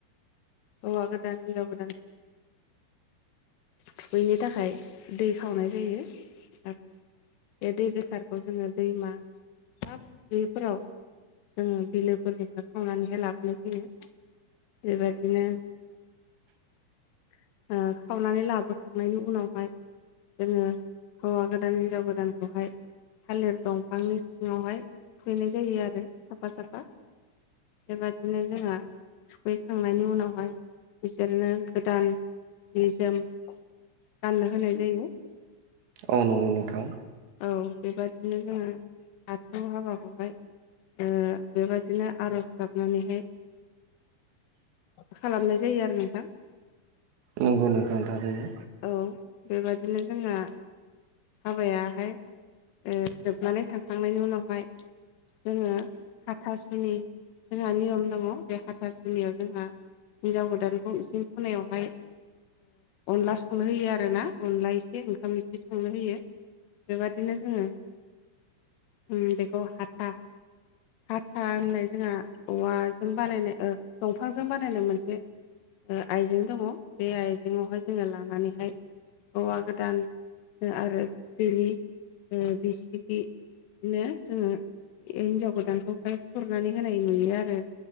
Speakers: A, on the left (about 80°); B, on the right (about 90°).
A: होवा गोदान हिनजाव गोदान थुखैनो थाखाय दै खावनाय जायो आ बे दै गोथारखौ जोङो दैमा बा <unintelligible> फोराव जों बिलोफोरनिफ्राय खावनानैहाय लाबोनाय जायो बेबायदिनो ओ खावनानै लाबोखांनायनि उनावहाय जोङो हौवा गोदान हिनजाव गोदानखौहाय थालिर दंफांनि सिङावहाय थुखैनाय जायो आरो साफा साफा। बेबायदिनो जोंहा थुखैखांनायनि उनाव हाय बिसोरनो गोदान जि जोम गाननो होनाय जायो।
B: औ नंगौ नोंथां।
A: औ बेबादिनो जोङो बाथौ हाबाखौ हाय ओ बेबायदिनो आरज गाबनानै हाय खालामनाय जायो आरो नोंथां।
B: नंगौ नोंथां थारैनो
A: औ बेबादिनो जोंहा हाबायाहाय ओ जोबनानै थांखांनायनि उनाव हाय जोङो हाथासुनि जोंहा नियम दङ बे हाथासुनियाव जोंहा हिनजाव गोदानखौ इसिं खनायाव हाय अनला संनो होयो आरोना अनला एसे ओंखाम इसे संनो होयो। बेबादिनो जोङो उम बेखौ हाथा हाथा होननाय जोंहा औवाजों बानायनाय ओ दंफांजों बानायनाय मोनसे ओ आइजें दङ बे आइजेंआव हाय जोङो लानानैहाय हौवा गोदान ओ आरो बिनि ओ बिसिगि बिदिनो जोङो ए हिनजाव गोदानखौहाय खुरनानै होनाय नुयो आरो।